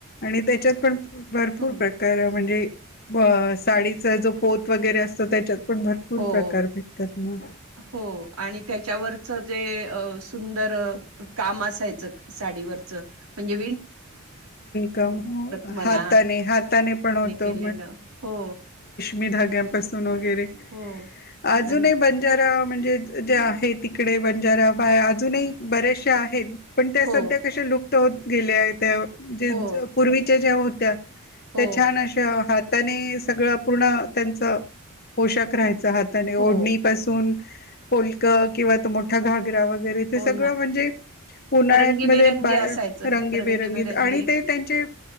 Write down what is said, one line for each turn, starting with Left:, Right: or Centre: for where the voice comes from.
Left: आणि त्याच्यात पण भरपूर
Right: हं,
Left: प्रकार म्हणजे साडीचा जो पोत वगैरे असतो त्याच्यात पण भरपूर
Right: हो
Left: प्रकार भेटतात ना
Right: हो आणि त्याच्यावरच जे सुंदर काम असायच साडीवरच म्हणे
Left: कम
Right: म्हणा
Left: हाताने हाताने पण होते
Right: केलेलं. हो,
Left: मी धाग्यापासून वगैरे
Right: हो.
Left: अजूनही
Right: नं
Left: बंजारा म्हणजे जे आहे तिकडे बंजारा बाय अजूनही बरेचसेा आहेत पण त्या
Right: हो,
Left: सध्या कश्या लुप्त होत गेल्या त्या जे
Right: हो,
Left: पूर्वीच्या ज्या होत्या
Right: हो,
Left: त्या छान अशा हाताने सगळ पूर्ण त्यांच पोषक राहायचं ात ओढणी
Right: हो,
Left: पासून पोलक किंवा मोठा घागरा व र
Right: हो
Left: सगळ
Right: ना.
Left: म्हणजे उन्हाळ्यात
Right: रंगीबेरंगी
Left: बा
Right: असायचं
Left: रंग
Right: रंगीबेरंगी.
Left: बेरंगी आणि ते त्यांचे